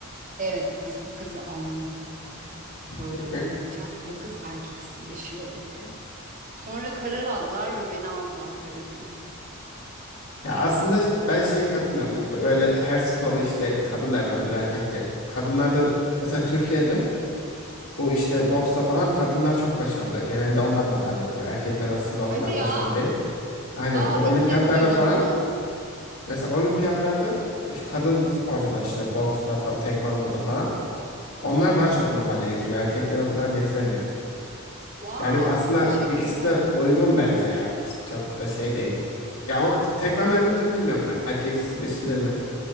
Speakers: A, on the right; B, on the left.
A: evet biz bu kızı alalım dedi yani bu böyle
B: <laughs>
A: olmayacak. Bu kız erkeksileşiyor dedi. Sonra karar aldılar ve beni aldılar karateden.
B: Ya aslında ben şeye katılmıyorum. Böyle her sporu işte kadın da yapabilir, erkek de. Kadınlar da mesela Türkiye'de bu işte boksta falan kadınlar çok başarılı. Genelde onlar madalya alıyor. Erkekler aslında o
A: Hadi
B: kadar
A: ya.
B: başarılı değil. Aynen
A: Aa
B: bu olimpiyatlarda
A: ilk kez duydum
B: falan
A: bunu.
B: mesela olimpiyatlarda iş- kadın sporcular işte boksta, fa- tekvandoda falan onlar daha çok madalya getiriyor. Erkekler o kadar getiremiyor.
A: Wow,
B: Yani aslında
A: teşekkürler.
B: ikisi de uygun bence ya. İşte çok da şey değil. Ya o tekman yapınca bilmiyorum erkeksileşilir mi?